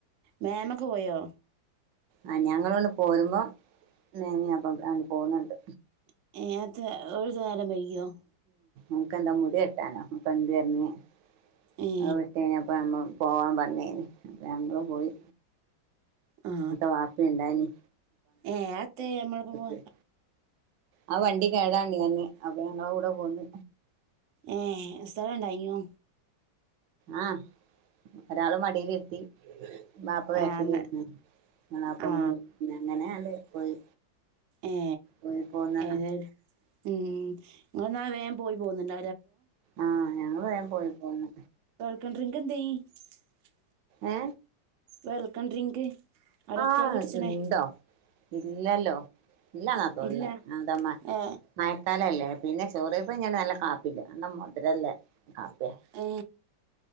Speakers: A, on the right (about 85°); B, on the right (about 75°).
A: മേമ്മക്കെ പോയോ
B: ആ ഞങ്ങളോണ്ട് പോരുമ്പോ മേമ്മ പോകുന്ന കണ്ട്
A: <unintelligible>
B: ഓ ക്ക് മുടി വെട്ടാനോ <unintelligible>
A: ഏ
B: പോവാൻ പറഞ്ഞേന് ഞങ്ങള്‌ പോയി
A: ആ
B: ബാപ്പ യുണ്ടായിരുന്നു
A: ഏ അത്തെ നമ്മളിപ്പം പോ
B: <unintelligible> ആ വണ്ടി കേടാണ് പറഞ്ഞു അപ്പൊ ഞങ്ങള കൂടെ പോന്ന്
A: ഏ സ്ഥലം ഇണ്ടായിനോ
B: ആഹ ഒരാള് മടിയിൽ ഇരുത്തി വാപ്പ ബാക്കിൽ
A: ആ അങ്ങ
B: ഇരുന്നു ഞങ്ങൾ അപ്പോ
A: ആ
B: മുന്ന അങ്ങനെയത് പോയി
A: ഏ
B: പോയി പോന്നാണ്
A: ഏത് ഉം ഇങ്ങൾ എന്നാ വേഗം പോയി പോകുന്നുണ്ട
B: ആഹ ഞങ്ങള് വേഗം പോയി പോന്നു
A: <unintelligible>
B: ഏ
A: വെൽക്കം ഡ്രിങ്ക് അവിടെ
B: ആഹ
A: എത്തിയാ കുടിച്ചണേ
B: ഉണ്ടോ ഇല്ലല്ലോ ഇല്ലെന്നാ തോന്നുന്നത്
A: ഇല്ല
B: അത്
A: ഏ
B: മഴക്കാലം അല്ലേ പിന്നെ ചോറിയപ്പ ഞാൻ നല്ല കാപ്പില്ലേ നല്ല മധുരല്ലേ കാപ്പിയാ
A: ഏ